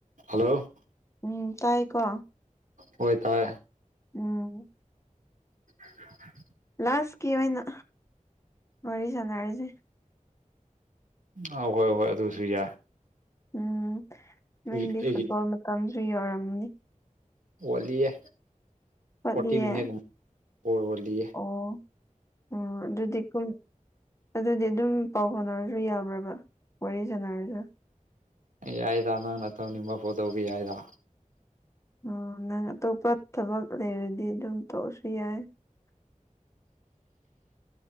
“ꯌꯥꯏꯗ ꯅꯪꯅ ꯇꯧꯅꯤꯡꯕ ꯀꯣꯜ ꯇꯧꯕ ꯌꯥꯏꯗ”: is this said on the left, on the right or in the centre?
Right